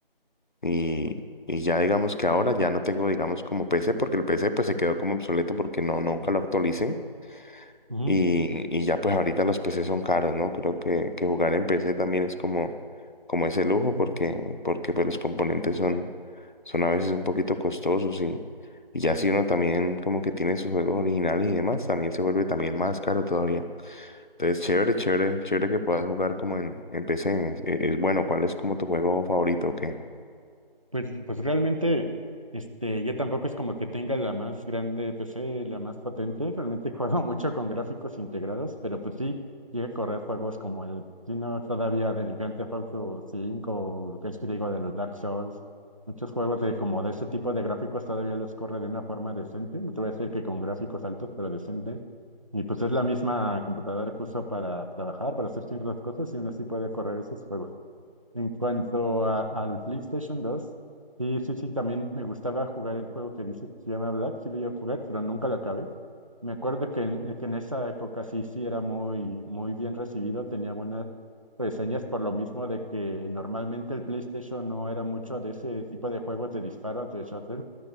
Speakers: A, on the left (about 55°); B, on the right (about 35°).
A: Y, y ya digamos que ahora ya no tengo, digamos, como PC, porque el PC pues se quedó como obsoleto porque no, nunca lo actualicen.
B: ujú.
A: Y, y ya pues ahorita los PC son caros, ¿no? Creo que, que jugar en PC también es como, como ese lujo porque, porque pues los componentes son, son a veces un poquito costosos y, y ya si uno también como que tiene sus juegos originales y demás, también se vuelve también más caro todavía. Entonces, chévere, chévere, chévere que puedas jugar como en, en PC. Es, es e, es bueno, ¿cuál es como tu juego favorito? o ¿Qué?
B: Pues, pues realmente, este, yo tampoco es como que tenga la más grande PC, la más potente. Realmente <laughs> juego mucho con gráficos integrados, pero pues sí, llega a correr juegos como el, si no todavía del Grand Theft Auto 5, o que es que digo de los Dark Souls. Muchos juegos de como de ese tipo de gráficos todavía los corre de una forma decente. No te voy a decir que con gráficos altos, pero decentes. Y pues es la misma computadora que uso para trabajar, para hacer ciertas cosas, y aún así puede correr esos juegos. En cuanto a- al PlayStation 2, sí, sí, sí, también me gustaba jugar el juego que dices que se llama Black, sí lo iba a jugar, pero nunca lo acabé. Me acuerdo que en, eh, que en esa época sí, sí era muy, muy bien recibido, tenía buenas reseñas por lo mismo de que normalmente el PlayStation no era mucho de ese tipo de juegos de disparos, de shooter,